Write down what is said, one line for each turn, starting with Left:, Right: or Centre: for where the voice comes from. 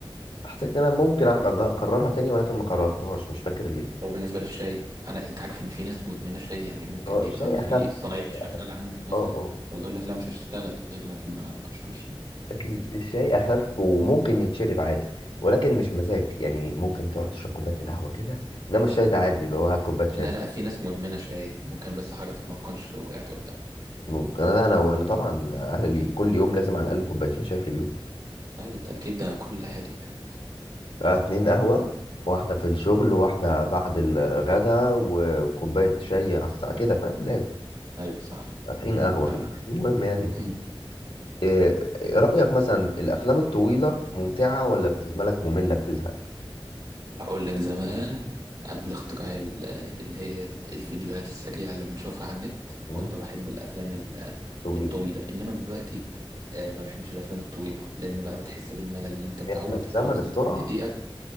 Left: حسيت إن أنا ممكن أع- أج- أكررها تاني ولكن ما كررتهاش مش فاكر ليه
Right: لو بالنسبة للشاي انا انت عارف ان في ناس مدمنة شاي يعني ممكن
Left: اه
Right: يبقى
Left: الشاي
Right: في
Left: أخف الشاي
Right: صنايعي شغال
Left: أخف.
Right: عندك مثلا
Left: اه اه
Right: ويقول لك لا مش هشتغل غير لما اشرب الشاي
Left: أكيد الشاي أخف وممكن يتشرب عادي ولكن مش مزاج يعني ممكن تقعد تشرب كوباية القهوة كده إنما الشاي ده عادي اللي هو هات كوباية شاي
Right: لا لا في ناس مدمنة شاي ممكن بس حضرتك ما تكونش وقعت قدام
Left: ممكن أنا أنا وأنا طبعا أهلي كل يوم لازم على الأقل كوبايتين شاي في اليوم
Right: اي بالتأكيد ده كل الاهالي
Left: آه، اتنين قهوة واحدة في الشغل وواحدة بعد الغدا وكوباية شاي على الساعة كده فاهم لازم
Right: ايوه صح
Left: فاتحين قهوة
Right: تمام
Left: في البيت المهم يعني
Right: <laughs>
Left: إيه إيه رأيك مثلا الأفلام الطويلة ممتعة ولا بتزملك لك مملة بتزهق؟
Right: اقول لك زمان قبل اختراع ال- اللي هي ال- الفيديوهات السريعه اللي بنشوفها على النت
Left: مم.
Right: كنت بحب الافلام ال-
Left: طويل
Right: الطويله انما دلوقتي آه، ما بحبش الافلام الطويله لان بقى بتحس بالملل اللي انت متعود
Left: إحنا في
Right: خلاص
Left: زمن السرعة
Right: انت كل دقيقه